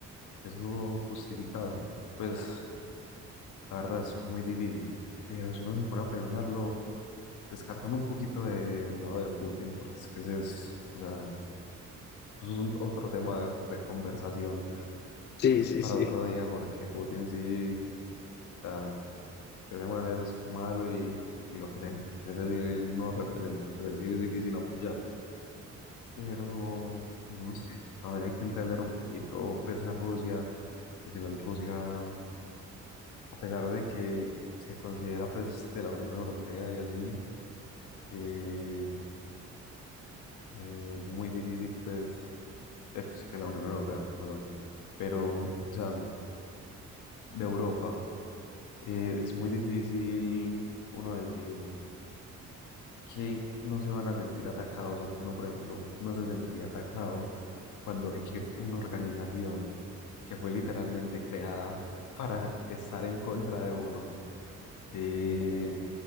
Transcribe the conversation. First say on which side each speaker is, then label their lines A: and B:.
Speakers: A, on the left; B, on the left.
A: eso justificado, pues la verdad es muy difícil. Pero si uno se pone a pensarlo, descartando un poquito del lado de Putin, porque es que ese es, o sea, eso es un- otro tema de de conversación
B: sí, sí,
A: para
B: sí.
A: otro día, porque Putin sí, o sea, ese man es malo y, y lo que sea. Ese sí no representa, pues ahí sí es difícil apoyar. Pero, no sé, también hay que entender un poquito, pues, a Rusia. Al final Rusia, a pesar de que se considera, pues, de la Unión Europea y así, eh, es muy difícil, pues, eh, pues, que la Unión Europea, perdón. Pero, o sea, de Europa. eh, es muy difícil uno decir que no se van a sentir atacados o que uno, por ejemplo, no se sentiría atacado cuando ve que una organización que fue literalmente creada para estar en contra de uno, eh,